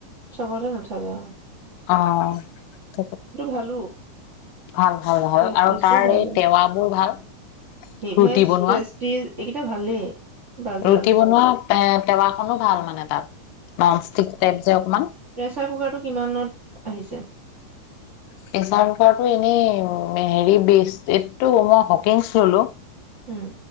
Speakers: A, on the right (about 25°); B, on the left (about 85°).
A: চবৰে নাথাকে হয়
B: অ স
A: ভালো
B: ভাল ভাল ভাল
A: প্ৰেষ্টিজটো
B: আৰু তাৰ
A: ভাল
B: এই
A: অ।
B: টেৱাবোৰ ভাল
A: হিভেলছ
B: ৰুটি বনোৱা
A: প্ৰেষ্টিজ এইকেইটা ভালেই বাজাজ
B: ৰুটি বনোৱা এ টাৱাখনো ভাল মানে তাত নন ষ্টিক টাইপ যে অকমান
A: প্ৰেছাৰ কুকাৰটো কিমানত আহিছে
B: পেচাৰ কোকাৰটো এনেই হেৰি বেষ্ট এইটো মই হকিংছ ললো
A: উম